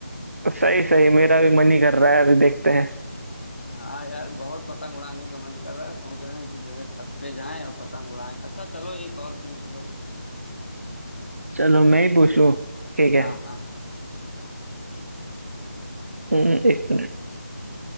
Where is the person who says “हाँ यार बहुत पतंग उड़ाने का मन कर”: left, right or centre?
Left